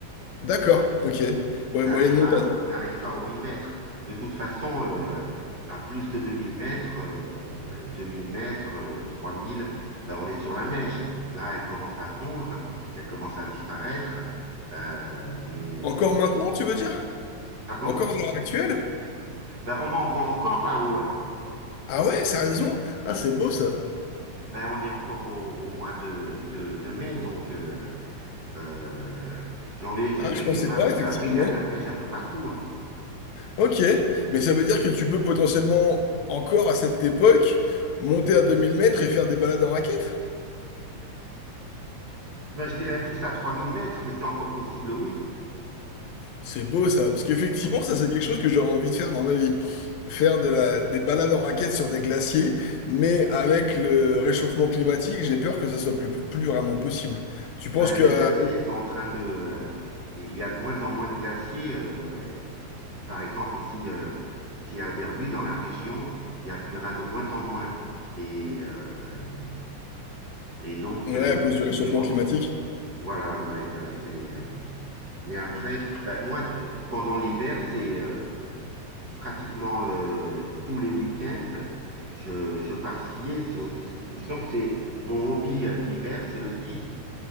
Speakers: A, on the left; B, on the right.
A: D'accord, ok.
B: On
A: Ouais,
B: n'arrive
A: moyenne montagne.
B: pas, on n'arrive pas aux 1000 mètres. De toute façon, euh, à plus de deux mille mètres, euh, deux mille mètres, euh, trois mille ben on est sur la neige. Là, elle commence à fondre, elle commence à disparaître. Euh, mais, euh,
A: Encore maintenant, tu veux dire?
B: pardon?
A: Encore à l'heure actuelle?
B: Ben, on en voit encore là-haut. hein.
A: Ah ouais, sérieusement? Ah, c'est beau ça.
B: Ben, on est encore au, au mois de, de, de mai, donc euh, euh, janvier, février,
A: Ah, je pensais
B: mars
A: pas, effectivement.
B: et avril, il y a de la neige un peu partout. hein.
A: Ok, mais ça veut dire que tu peux potentiellement, encore à cette époque, monter à 2000 mètres et faire des balades en raquette?
B: Ben, je dirais plus à 3000 mètres, mais c'est encore possible, oui.
A: C'est beau ça, parce qu'effectivement,
B: Ouais.
A: ça c'est quelque chose que j'aurais envie de faire dans ma vie. Faire de la, des balades en raquette sur des glaciers, mais avec le réchauffement climatique, j'ai peur que ça soit plus, plus vraiment possible. Tu penses
B: Ben,
A: que,
B: les
A: euh,
B: glaciers sont en train de... euh, il y a de moins en moins de glaciers. euh, par exemple, ici, euh, ici à Albertville, dans la région, il y a- il y en a de moins en moins. Et, euh, et donc,
A: ouais,
B: euh,
A: à cause du réchauffement
B: mais bon,
A: climatique?
B: voilà, ouais, ben, c'est... euh, mais après, ben, moi, euh, pendant l'hiver, c'est euh, pratiquement euh, tous les week-ends, je, je pars skier. C'est aussi- disons que c'est mon hobby euh, d'hiver, c'est le ski.